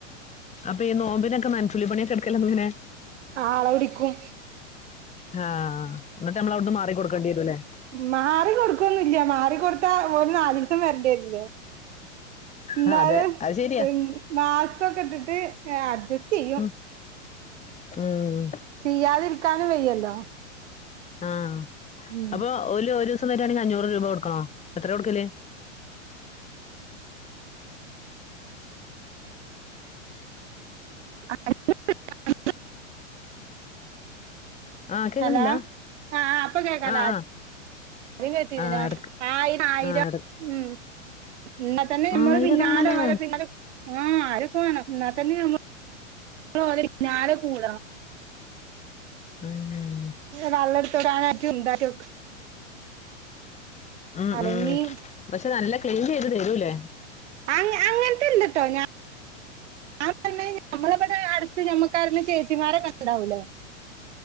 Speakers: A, on the left; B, on the right.
A: അപ്പ ഈ നോമ്പിനൊക്കെ നനച്ചുളി പണിക്കെടുക്കലെങ്ങനെ
B: ആളെ വിളിക്കും
A: ആഹ് ന്നട്ട് നമ്മള് അവിടുന്ന് മാറി കൊടുക്കേണ്ടി വരു അല്ലേ
B: മാറികൊടുക്കൊന്നുല്ല മാറികൊടുത്താ ഓല് നാലീസം വരണ്ടിവരില്ലേ എന്നാലും
A: ആ അതെ അത് ശരിയാ
B: ഉം മാസ്ക്കൊക്കെ ഇട്ടിട്ട് ഏഹ് അഡ്ജസ്റ്റ് ചെയ്യും
A: ഉം ആഹ്
B: ചെയ്യാതിരിക്കാനും വയ്യല്ലോ
A: ആഹ്
B: ഉം
A: അപ്പൊ ഓല് ഒരൂസം വരിയാണെങ്കിൽ അഞ്ഞൂറ് രൂപ കൊടുക്കണോ എത്ര കൊടുക്കല്
B: അ <inaudible>
A: ആ കേക്കണില്ല
B: ഹലോ ആഹ് ആഹ് അപ്പ കേക്കാല
A: ആ ആ
B: ആദ്യം കേട്ടീന്നില്ല
A: ആ എടുക്ക
B: ആയിരം ആയിരം
A: ആ എടുക്ക
B: ഉം ഇന്നാ തന്നെ നമ്മള്
A: ആയിരൊക്കെ
B: പിന്നാലെ
A: വേണല്ലേ
B: ഓലെ പിന്നാലെ ആഹ് ആയിരക്കെ വേണം എന്നാൽ തന്നെ നമ്മ നമ്മള് ഓലെ പിന്നാലെ കൂടാ
A: അതന്നെ
B: വള്ളട്ത്തരാനായിട്ടും ഇണ്ടാക്കി നോക്ക
A: ഉം
B: അല്ലെങ്കി
A: ഉം പക്ഷെ നല്ല ക്ലീൻ ചെയ്ത് തരൂലേ
B: അ അങ്ങനത്തെ ഇല്ലട്ടോ ഞാ ആഹ് പറഞ്ഞെ നമ്മളെ ബടെ അടുത്ത് ഞമ്മക്കാരേലും ചേച്ചിമാരൊക്കെ ഇണ്ടാവൂലേ